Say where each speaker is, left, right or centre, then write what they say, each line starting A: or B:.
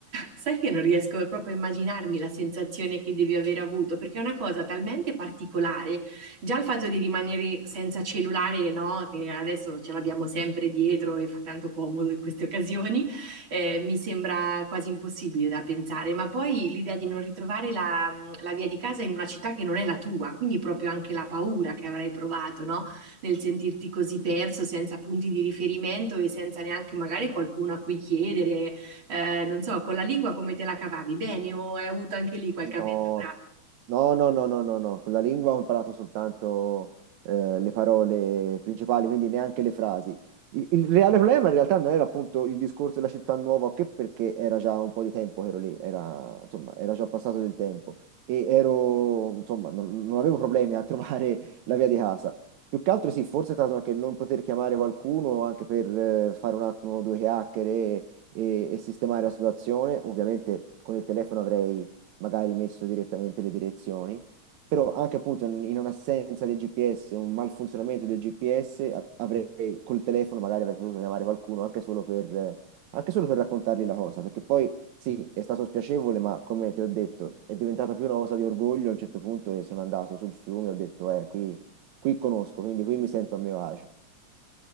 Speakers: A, on the right; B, on the right.
A: Sai che non riesco proprio a immaginarmi la sensazione che devi aver avuto, perché è una cosa talmente particolare. Già il fatto di rimanere senza cellulare, no, che adesso ce l'abbiamo sempre dietro e fa tanto comodo in queste occasioni, eh, mi sembra quasi impossibile da pensare. Ma poi l'idea di non ritrovare la, la via di casa in una città che non è la tua, quindi proprio anche la paura che avrai provato, no? Nel sentirti così perso, senza punti di riferimento e senza neanche magari qualcuno a cui chiedere eh, non so, con la lingua come te la cavavi? Bene o hai avuto anche lì qualche
B: No,
A: avventura?
B: no, no, no, no, no, no. Con la lingua ho imparato soltanto eh, le parole principali, quindi neanche le frasi. Il, il reale problema in realtà non era appunto il discorso della città nuova, o che perché era già un po' di tempo che ero lì, era, insomma, era già passato del tempo e ero, insomma, non, non avevo problemi a <laughs> trovare la via di casa. Più che altro sì, forse è stato anche non poter chiamare qualcuno anche per eh, fare un attimo due chiacchiere e, e sistemare la situazione. Ovviamente con il telefono avrei magari messo direttamente le direzioni, però anche appunto in in un'assenza del GPS, un malfunzionamento del GPS, a- avrei col telefono magari avrei potuto chiamare qualcuno anche solo per, eh, anche solo per raccontargli la cosa, perché poi sì, è stato spiacevole, ma come ti ho detto, è diventata più una cosa di orgoglio a un certo punto e sono andato sul fiume e ho detto, eh, qui, qui conosco, quindi qui mi sento a mio agio.